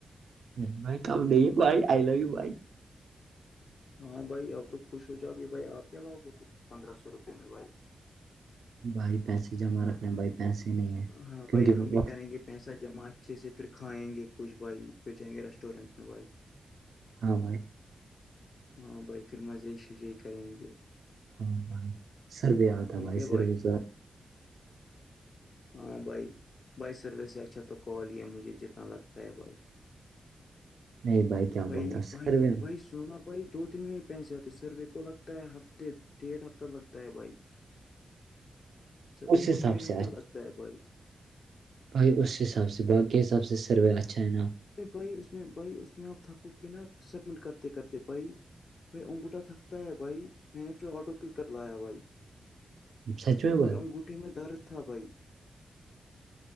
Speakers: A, on the right; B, on the left.
A: نہیں بائی کم نہیں بھائی آئی لو یو بھائی
B: ہاں بھائی اب تو خوش ہو جاؤ گے بھائی آپ کیا لاؤ گے پھر پندرہ سو روپے میں بھائی
A: بھائی پیسے جمع رکھنے بھائی پیسے نہیں ہے
B: ہاں
A: کیونکہ
B: بھائی ہم بھی
A: وقت
B: کریں گے پیسہ جمع اچھے سے پھر کھائیں گے کچھ بھائی پھر جائیں گے ریسٹورینٹ میں بھائی
A: ہاں بائے
B: ہاں بھائی پھر مزے شزی کریں گے
A: ہاں بھائی سروے آتا
B: ٹھیک
A: بھائی
B: ہے
A: سروے ز <unintelligible>
B: ہاں بھائی بھائی سروس ہے اچھا تو کال یہ ہے مجھے جتنا لگتا ہے بھائی <unintelligible>
A: نہیں کیا
B: بھائی
A: بولتا سروے
B: بھائی
A: میں
B: بائی سونا <unintelligible> بھائی دو دن میں ہی پیسے آتے سروے کو لگتا ہے ہفتے ڈھ ہفتہ لگتا ہے بھائی <inaudible> سروے
A: اس
B: کو
A: حساب
B: ڈیڑھ
A: سے
B: ہفتہ
A: آج
B: لگتا ہے بھائی
A: بھائی اس حساب سے باقی حساب سے سروے اچھا ہے نا
B: ا بھائی اس میں بھائی اس میں آپ تھکو کے نا سبمٹ کرتے کرتے بھائی بھائی انگوھا تھکتا ہے بھائی میں نے پھر آٹو کک کر لایا بھائی
A: سچ
B: بالک
A: میں بھائی
B: پھر انگوٹھے میں درد تھا بھائی